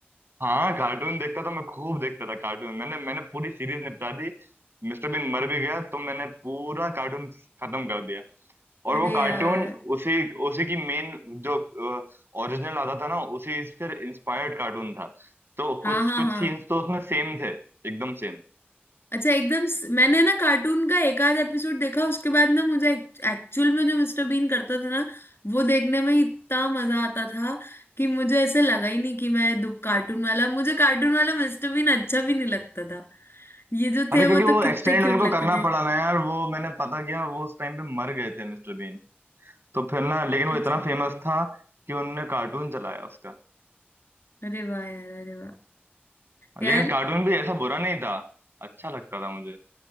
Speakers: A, on the right; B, on the left.
A: हाँ कार्टून देखता था मैं खूब देखता था कार्टून मैंने मैंने पूरी सीरीज निपटा दी मिस्टर बीन मर भी गया तो मैंने पूरा कार्टून खत्म कर दिया और
B: अरे
A: वो कार्टून
B: यार
A: उसी उसी की मेन जो ओरिजिनल आता था ना उसी से इंस्पायर्ड कार्टून था तो
B: हाँ
A: कुछ
B: हाँ
A: कुछ
B: हाँ
A: सीन्स तो उसमें सेम थे एकदम सेम
B: अच्छा एकदम स... मैंने ना कार्टून का एक आध एपिसोड देखा उसके बाद ना मुझे एक्चुअल में जो मिस्टर बीन करता था ना वो देखने में ही इतना मजा आता था कि मुझे ऐसे लगा ही नहीं कि मैं दु- कार्टून वाला मुझे कार्टून वाला मिस्टर बीन अच्छा भी नहीं लगता था ये जो
A: अरे
B: थे
A: क्योंकि
B: वो
A: वो
B: तो
A: एक्सटेंड
B: कितने क्यूट
A: उनको
B: लगते
A: करना
B: थे
A: पड़ा ना यार वो मैंने पता किया वो उस टाइम पे मर गए थे मिस्टर बीन तो फिर ना लेकिन
B: अच्छा
A: वो इतना फेमस था कि उनने कार्टून चलाया उसका
B: अरे वाह यार अरे वाह यार
A: लेकिन कार्टून भी ऐसा बुरा नहीं था अच्छा लगता था मुझे